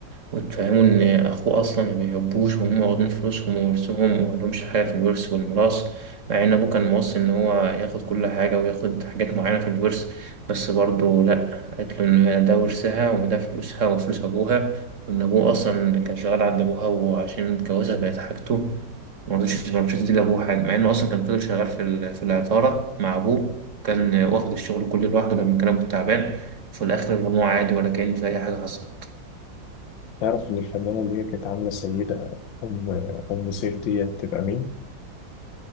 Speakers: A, on the right; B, on the left.
A: وتفهمه إن أخوه أصلا ما بيحبوش وهم واخدين فلوسهم وورثهم وملهمش حاجة في الورث والميراث مع إن أبوه كان موصي إن هو ياخد كل حاجة وياخد حاجات معينة في الورث بس برضه لأ قالت له إن ده ورثها وده فلوسها وفلوس أبوها وإن أبوه أصلا كان شغال عند أبوها وعشان اتجوزها بقت حاجته مرضيش مرضيش تدي لأبوه حاجة مع إنه أصلا كان فضل شغال في ال- في العطارة مع أبوه كان واخد الشغل كله لوحده لما كان أبوه تعبان في الآخر رموه عادي ولا كأن في أي حاجة حصلت
B: تعرف إن الفنانة اللي هي كانت عاملة سيدة أم أم سيف ديت تبقى مين؟